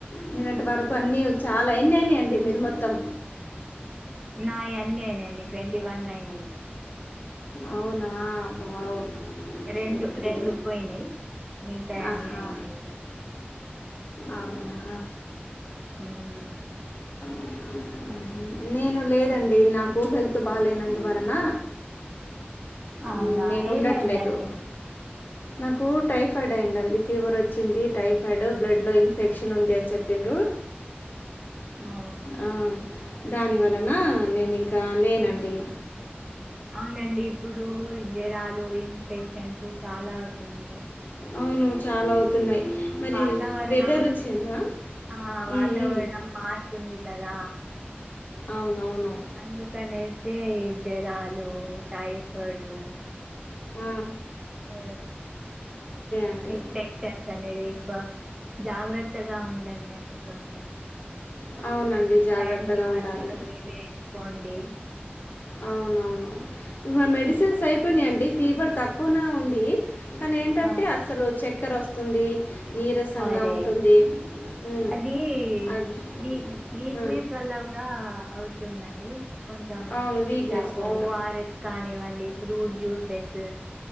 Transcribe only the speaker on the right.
నాయి అన్ని అయినియండి ట్వంటీ వన్ అయినయి
రెండు
రెండు పోయినాయ్ మిగతా అన్నీ
అయినాయి ఇగ
మ్
అవునా
ఏమైందండి
ఓ
అవునండి ఇప్పుడు జరాలు ఇన్ఫెక్షన్స్ చాలా అవుతున్నాయి
ఇది
వాతావరణం
ఆ వాతావరణం
మారుతుంది కదా
అందుకనేసి ఈ జరాలు టైఫాయిడు
ఆ
ఇన్ఫెక్షన్స్ అనేవి క్కువ జాగ్రత్తగా ఉండండండి కొంచెం
టైమ్ కి మందులు
అవి వేసుకోండి
ఆ,
అదే
అది
వీ వీక్నెస్
వల్ల కూడా అవుతుందండి కొంచెం
ఇలా
ఓఆర్ఎస్ కానివ్వండి ఫ్రూట్ జ్యూసెస్